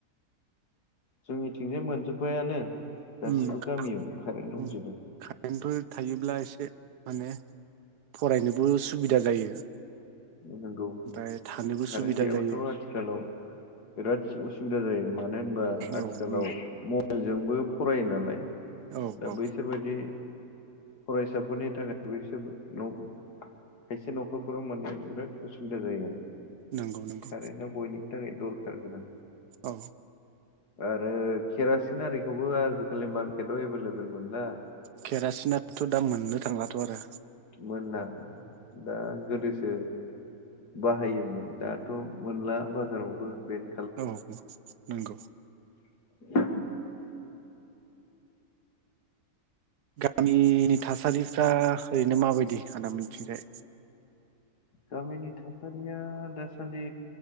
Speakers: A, on the left (about 85°); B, on the right (about 85°).
A: जोंनिथिंजाय मोनजोब्बायानो गासिबो
B: <unintelligible>
A: गामियाव कारेन्ट दंजोबो
B: थायोब्ला एसे माने फरायनोबो सुबिदा जायो।
A: नंगौ
B: ओमफ्राय थानोबो
A: कारेन्ट
B: सुबिदा
A: गैयाबाथ'
B: जायो
A: आथिखालाव बिराद उसुबिदा जायो मानो होनबा आथिखालाव
B: औ नंगौ
A: <unintelligible> जोंबो फरायो नालाय
B: औ
A: दा
B: औ
A: बैसोरबायदि फरायसाफोरनि थाखाय बैसोरबो न' खायसे न'खरफोराव मोनो। बिराद असुबिदा जायो आरो।
B: नंगौ नंगौ।
A: कारेन्टआ बयनिबो थाखाय दरखार गोनां।
B: औ
A: आरो केरासिन आरिखौबो आजिखालि मार्केटाव एभेलेबेल मोनला।
B: केरासिनाथ' दा मोननो थांलाथ' आरो।
A: मोनला दा गोदोसो बाहायोमोन दाथ' मोनला बाजारावबो बेनो
B: औ औ नोंगौ।
A: <unintelligible>
B: गामि नि थासारिफ्रा ओरैनो माबायदि आदा मोननिथिंजाय?
A: गामिनि थासारिया दासान्दि